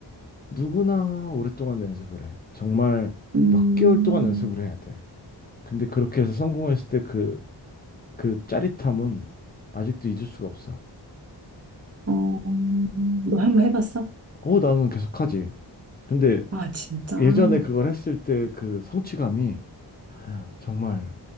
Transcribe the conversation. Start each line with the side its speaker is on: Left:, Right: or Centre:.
Left: 누구나 오랫동안 연습을 해. 정말
Right: 음,
Left: 몇 개월 동안 연습을 해야 돼. 근데 그렇게 해서 성공했을 때 그, 그 짜릿함은 아직도 잊을 수가 없어.
Right: 어, 너 한번 해봤어?
Left: 어, 나는 계속하지. 근데
Right: 아, 진짜?
Left: 예전에
Right: 어,
Left: 그걸 했을 때 그 성취감이 정말